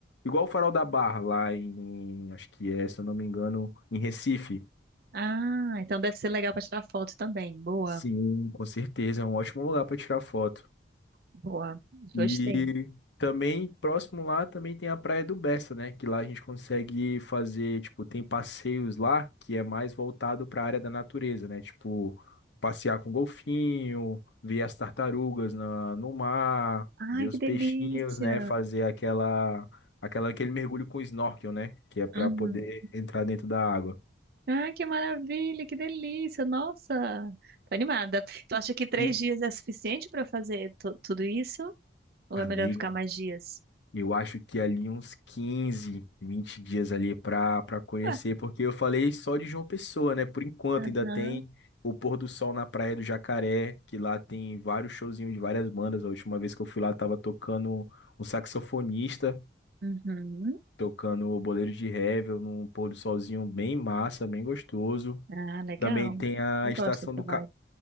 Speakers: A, on the left; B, on the right.
A: igual o farol da Barra lá em, acho que é, se eu não me engano, em Recife.
B: Ah, então deve ser legal pra tirar foto também. Boa,
A: Sim, com certeza, é um ótimo lugar para tirar foto.
B: boa.
A: E
B: Gostei.
A: também, próximo lá, também tem a Praia do Bessa, né? Que lá a gente consegue fazer, tipo, tem passeios lá que é mais voltado para a área da natureza, né? Tipo, passear com golfinho, ver as tartarugas na, no mar,
B: Ai,
A: ver os
B: que delícia.
A: peixinhos, né? Fazer aquela, aquela, aquele mergulho com snorkel, né? Que é para
B: Uhum.
A: poder entrar dentro da água.
B: Ai, que maravilha, que delícia. Nossa, tô animada. Tu acha que três
A: E, e-
B: dias é suficiente pra fazer tu- tudo isso? Ou
A: amiga.
B: é melhor ficar mais dias?
A: Eu acho que é ali uns 15, 20 dias ali para para conhecer,
B: Ah,
A: porque eu falei só de João Pessoa, né? Por enquanto
B: Aham.
A: ainda tem o pôr do sol na Praia do Jacaré, que lá tem vários showzinhos de várias bandas. A última vez que eu fui lá tava tocando um saxofonista,
B: Uhum.
A: tocando o Boleiro de Réveillon, num pôr do solzinho bem massa, bem gostoso.
B: Ah, legal.
A: Também tem a
B: Eu
A: estação
B: gosto dessa
A: do
B: vibe.